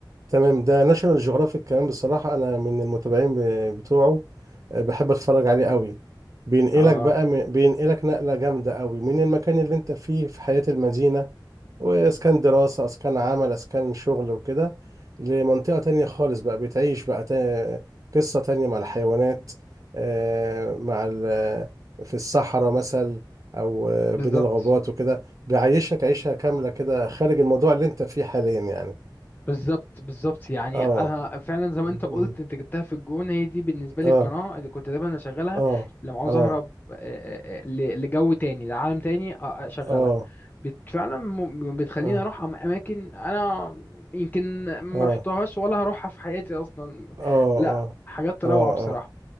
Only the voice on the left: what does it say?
اه
بالظبط
بالظبط بالظبط يعني
انا فعلا زي ما
انت قلت انت جبتها في الجون هي دي بالنسبه لي
القناه اللي كنت دايما اشغلها
لما عاوز
اهرب آه، آه، آه، ل- لجو تاني لعالم تاني آه، آه، اشغلها
بت فعلا م- بتخليني
اروح أم- اماكن انا يمكن ما
رحتهاش ولا هروحها في حياتي اصلا
لا حاجات روعه
بصراحه